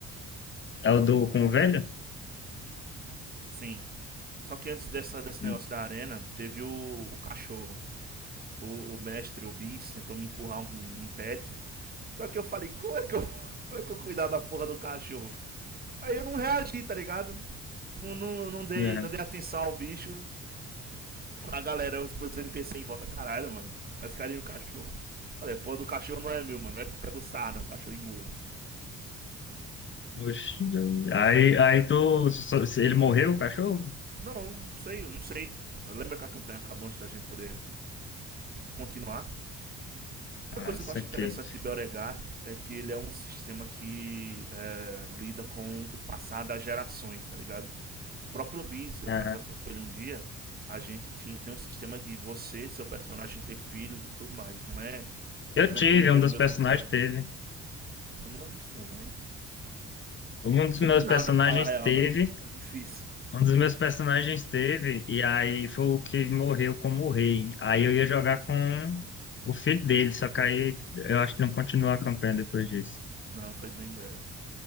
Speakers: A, on the left; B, on the right.
A: É o do com o velho?
B: Sim. Só que antes dessa, desse
A: Hum,
B: negócio da arena, teve o, o cachorro. O, o mestre, o bis, tentou me empurrar um, um pet. Só que eu falei, como é que eu, <laughs> como é que eu cuidar da porra do cachorro? Aí eu não reagi, tá ligado? Não, não, não, dei,
A: é.
B: não dei atenção ao bicho. A galera, os NPC em volta, caralho, mano, faz carinho no cachorro. Falei, porra do cachorro não é meu, mano. É que eu pego sarna, o cachorro e morro.
A: Oxi, eu- Aí, aí tu. só- Ele morreu, o cachorro?
B: Não, não sei, não sei. Lembra que a campanha acabou antes da gente poder continuar? Outra
A: ah
B: coisa que eu acho interessante
A: que.
B: de Beauregard é que ele é um sistema que é, lida com o passar das gerações, tá ligado? O próprio Biz, eu
A: Ah,
B: tava conversando com ele um dia, a gente tem, tem um sistema de você, seu personagem ter filhos e tudo mais. Não é
A: eu
B: a campanha
A: tive,
B: inteira
A: um dos
B: o mesmo
A: personagens
B: cara.
A: teve.
B: Eu não lembro disso não, mas...
A: Um
B: Não
A: dos
B: lembro
A: meus
B: de nada
A: personagens
B: pra falar a real,
A: teve.
B: né? É difícil.
A: Um dos meus personagens teve, e aí foi o que morreu como rei. Aí eu ia jogar com o filho dele, só que aí eu acho que não continuou a campanha depois disso.
B: Não, foi bem breve.